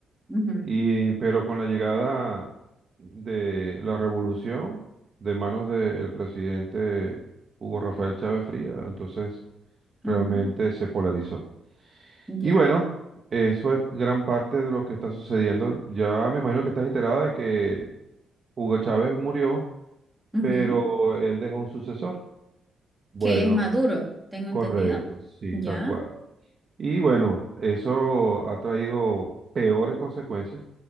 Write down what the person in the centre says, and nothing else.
ujú,
ujú,
ya,
ujú,
Que es Maduro, tengo entendido.
Ya,